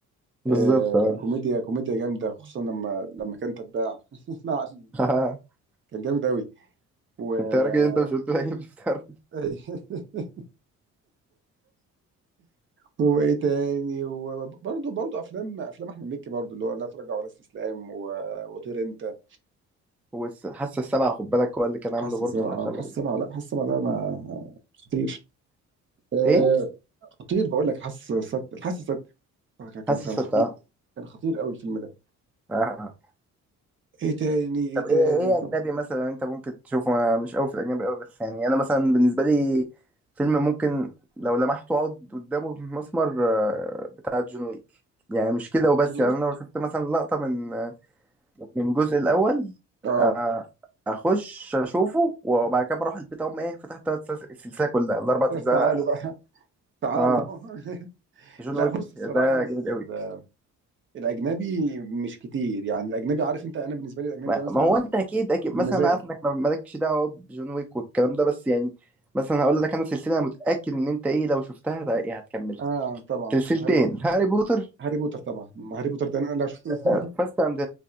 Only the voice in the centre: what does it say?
بالظبط
اه
<laughs>
انت يا راجل انت مش قلت لي هجيب الفطار
وحاسه السبعه خد بالك هو اللي كان
عامله برضو
من الافلام
ال-
ايه
حاسه
السبعه
آه.
طب
ايه ايه اجنبي مثلا انت ممكن تشوفه انا مش قوي في الاجنبي قوي بس يعني انا مثلا بالنسبه لي فيلم ممكن لو لمحته اقعد قدامه في مسمر آه، بتاع جون ويك يعني مش كده وبس
يعني انا لو شفت مثلا لقطه من آه، من الجزء الاول
آه، اخش اشوفه وبعد كده بروح البيت اقوم ايه فتحت السلسله كلها الاربع
اجزاء
اه
جون
ويك
ده
جامد قوي
ما
ما هو انت اكيد اكيد
مثلا انا عارف انك ما- مالكش دعوه بجون ويك والكلام ده بس يعني مثلا هقول لك انا سلسله انا متاكد ان انت ايه لو شفتها هت- يعني هتكملها
سلسلتين
هاري بوتر
وفاست اند